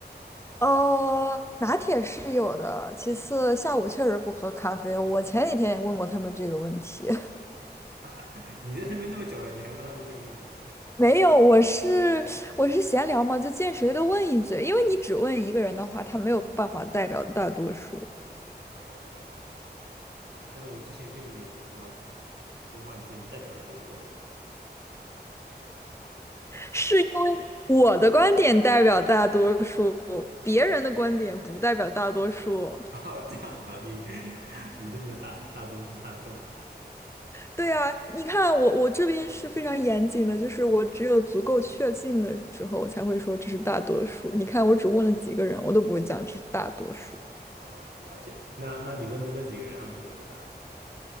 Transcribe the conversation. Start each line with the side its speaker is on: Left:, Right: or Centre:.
Left: <laughs> 呃，拿铁是有的，其次下午确实不喝咖啡。我前几天也问过他们这个问题，
Right: <laughs> 你在那边那么久了，你还问他们这个问题？
Left: <laughs> 没有，我是我是闲聊嘛，就见谁都问一嘴，因为你只问一个人的话，他没有办法代表大多数。
Right: 哦，但我之前跟你我说话，你说你代表大多数啊，
Left: 是。我的观点代表大多数，别人的观点不代表大多数。
Right: <laughs> 哦，这样子的，你 <laughs> 你这么的大大多数大众了。
Left: 对啊，你看我我这边是非常严谨的，就是我只有足够确信的时候，我才会说这是大多数。你看，我只问了几个人，我都不会讲这是大多数。
Right: 哦，了解。那那你问的那几个人，他们怎么回答？